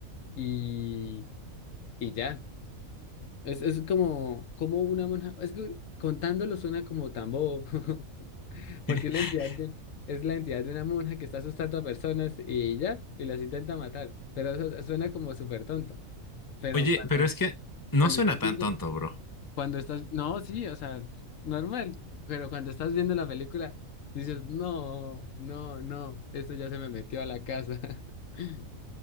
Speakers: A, on the left; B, on the left.
A: y, y ya. Es, es como, como una monja, es que contándolo suena como tan bobo, <laughs> porque
B: <laughs>
A: es la entidad de, es la entidad de una monja que está asustando a personas y ya, y las intenta matar, pero eso suena como súper tonto. Pero
B: Oye,
A: cuando,
B: pero es que no
A: cuando
B: suena
A: estás
B: tan
A: viendo,
B: tonto, bro.
A: Cuando estás, no, sí, o sea, normal, pero cuando estás viendo la película, dices, no, no, no, esto ya se me metió a la casa. <laughs>